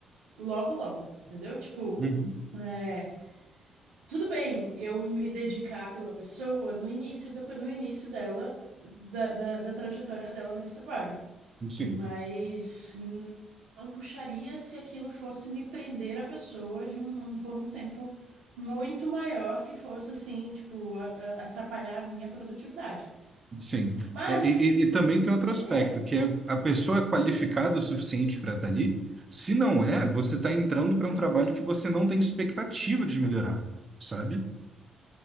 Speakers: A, on the right; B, on the right.
A: logo, logo, entendeu? Tipo,
B: Uhum.
A: é, tudo bem eu me dedicar pela pessoa no início da, no início dela, da, da da trajetória dela nesse trabalho.
B: Sim.
A: Mas n- não puxaria se aquilo fosse me prender a pessoa de um, um- por um tempo muito maior que fosse assim, tipo, a- a- atrapalhar a minha produtividade.
B: Sim.
A: Mas,
B: É, E, e- e também tem outro aspecto,
A: é.
B: que é a pessoa é qualificada o suficiente para estar ali. Se não é, você está entrando para um trabalho que você não tem expectativa de melhorar, sabe?